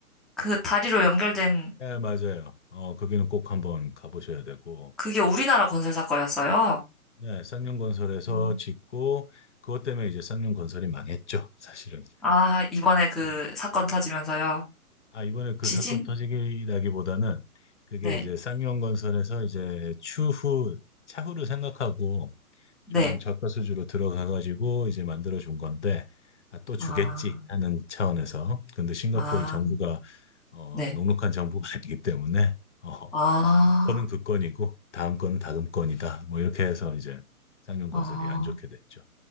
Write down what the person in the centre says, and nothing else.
그 다리로 연결된,
그게 우리나라 건설 사건이었어요?
음.
아, 이번에 그
사건 터지면서요.
지진?
네,
네.
아,
아,
네.
아,
아,